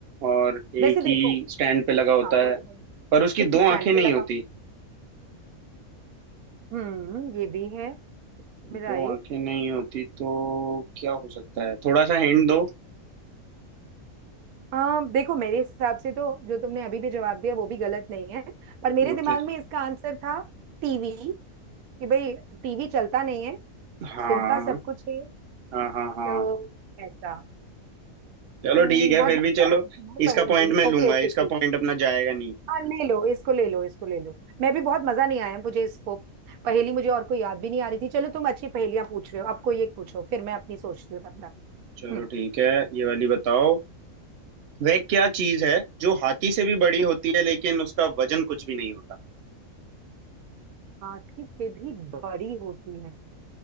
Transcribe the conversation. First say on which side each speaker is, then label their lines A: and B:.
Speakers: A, on the right (about 55°); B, on the right (about 85°).
A: और एक
B: वैसे देखो
A: ही स्टैंड पे लगा होता
B: हाँ बोलो
A: है
B: बोलो
A: पर उसकी दो
B: एक ही स्टैंड
A: आंखें
B: पे
A: नहीं
B: लगा
A: होती
B: हम्म ये भी है
A: दो
B: राइट
A: आंखें नहीं होती तो क्या हो सकता है थोड़ा सा हिंट दो
B: हाँ देखो मेरे हिसाब से तो जो तुमने अभी भी जवाब दिया वो भी गलत नहीं है पर मेरे
A: ओके
B: दिमाग में इसका आंसर था टीवी कि भाई टीवी चलता नहीं है
A: हाँ
B: सुनता सब कुछ है
A: हाँ हाँ हाँ
B: तो ऐसा
A: चलो
B: हम्म
A: ठीक है
B: बहुत
A: फिर
B: मजेदार
A: भी चलो इसका
B: पहेली
A: पॉइंट मैं लूंगा
B: Okay okay
A: इसका पॉइंट अपना जाएगा नहीं
B: हाँ ले लो इसको ले लो इसको ले लो मैं भी बहुत मजा नहीं आया मुझे इसको पहेली मुझे और कोई याद भी नहीं आ रही थी चलो तुम अच्छी पहेलियां पूछ रहे हो अब कोई एक पूछो फिर मैं अपनी सोचती हूँ तब तक
A: चलो
B: हम्म
A: ठीक है ये वाली बताओ वह क्या चीज है जो हाथी से भी बड़ी होती है लेकिन उसका वजन कुछ भी नहीं होता
B: हाथी से भी बड़ी होती है